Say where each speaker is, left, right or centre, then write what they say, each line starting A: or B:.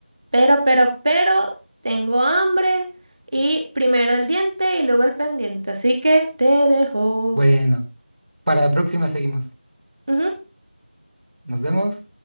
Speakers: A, on the right; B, on the right.
A: Pero, pero, pero, tengo hambre y primero el diente y luego el pendiente, así que te dejo.
B: Bueno, para la próxima seguimos.
A: Ujú.
B: Nos vemos.